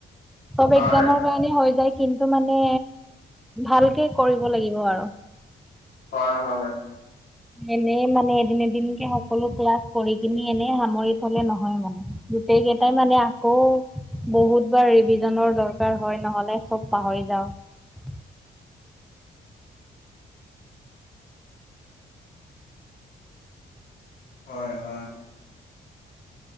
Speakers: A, in the centre; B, on the left (about 80°).
A: টপ
B: হয়
A: এক্জামৰ কাৰণে হৈ যায় কিন্তু মানে, ভালকে কৰিব লাগিব আৰু।
B: হয় হয়
A: এনেই মানে এদিন, এদিনকে সকলো ক্লাছ কৰি কিনি এনেই সামৰি থ'লে নহয় মানে। গোটেই কেইটাই মানে আকৌ বহুত বাৰ ৰিভিজনৰ দৰকাৰ হয় নহলে চব পাহৰি য যাওক
B: <unintelligible> হয়, হয়।